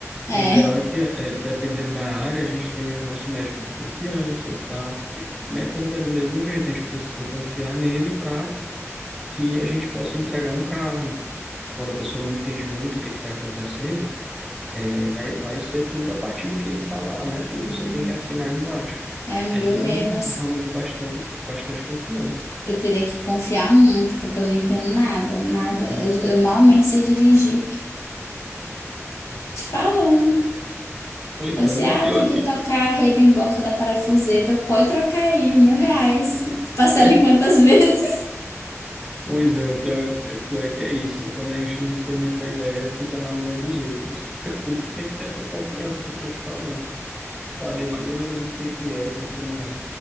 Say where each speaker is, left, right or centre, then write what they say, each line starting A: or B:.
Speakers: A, on the left; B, in the centre.
A: É,
B: O ideal
A: é,
B: é que, é, dependendo da área, a gente tenha nosso médico de confiança e tal. Mecânico é do mesmo jeito, a gente precisa confiar nele para que a gente possa entregar um carro. Quando a pessoa não entende muito o que está acontecendo, é, vai, vai ser tudo a partir do que ele falar, né? E
A: amiga,
B: você tem que assinar embaixo.
A: é, amiga,
B: Aí
A: eu
B: é
A: mesmo,
B: um ramo de bastante, bastante confiança.
A: Eu teria que confiar muito, porque eu não entendo nada, nada.
B: É,
A: Eu, eu malmente sei dirigir. Te falando.
B: pois
A: Você,
B: é, mas
A: ah,
B: o pior
A: tem
B: é
A: que
B: que.
A: tocar a rebimboca da parafuseta. Pode trocar aí, mil reais. Parcela
B: <laughs>
A: em quantas <laughs> vezes?
B: Pois é, o pior, é- o pior é que é isso, né? Quando a gente não tem muita ideia, fica na mão dos outros. <laughs> Por isso que tem que ter essa confiança que eu estou te falando, saber mais ou menos o que que é, o que que não é.